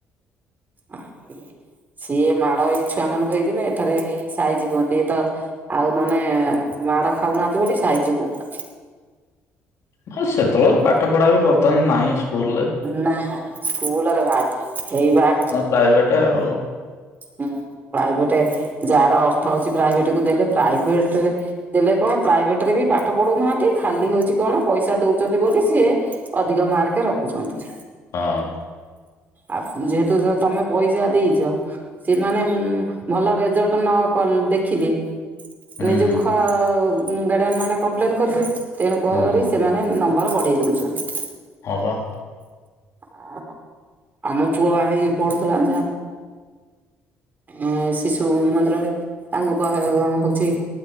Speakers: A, on the right; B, on the left.
A: ଆ ସିଏ ମାଡ଼ ଏଇ ଛୁଆ ମାନଙ୍କୁ ହେଇଥିଲେ, ଏଠାରେ ଏଇ ସାଇଜ ହୁଅନ୍ତେ, ଇଏ ତ ଆଉ ନହେନେ ମାଡ଼ ଖାଉନାହାନ୍ତି ବୋଲି, ସାଇଜି ହଉନାହାନ୍ତି।
B: ହଁ ସେତେବେଳର ପାଠ ପଢ଼ା ବି ବର୍ତ୍ତମାନ ନାହିଁ ସ୍କୁଲ ରେ।
A: ନା ସ୍କୁଲରେ ବା, ହେଇବା
B: ପ୍ରାଇଭେଟ୍ ଆଉ।
A: ହୁଁ, ପ୍ରାଇଭେଟ୍, ଯାହାର ଅର୍ଥ ଅଛି, ପ୍ରାଇଭେଟ କୁ ଦେଲେ, ପ୍ରାଇଭେଟରେ ଦେଲେ କଣ, ପ୍ରାଇଭେଟ ରେ ବି ପାଠ ପଢ଼ଉନାହାନ୍ତି, ଖାଲି ହଉଛି କଣ ପଇସା ଦଉଚନ୍ତି ବୋଲି ସିଏ ଅଧିକ ମାର୍କେ ରଖୁଚନ୍ତି।
B: ହଁ।
A: ଆ ଯେହେତୁ ତମେ ପଇସା ଦେଇଚ ସେମାନେ ଭଲ ରେଜଲ୍ଟ ନ କ ଦେଖିଲେ
B: ହୁଁ
A: ନିଜକୁ ଖ ଗାଡିଆନ୍ ମାନେ କମ୍ପ୍ଲେନ କରିବେ। ତେଣୁକରି
B: ହୁଁ
A: ସେମାନେ ନମ୍ବର ବଢ଼େଇ ଦଉଚନ୍ତି।
B: ହଁ ପା।
A: ଆ, ଆମ ପୁଅ ହେଇ ପଢୁଥିଲା ଯା ଏ ଶିଶୁ ମନ୍ଦିରରେ ତାଙ୍କୁ କ ହଉଚି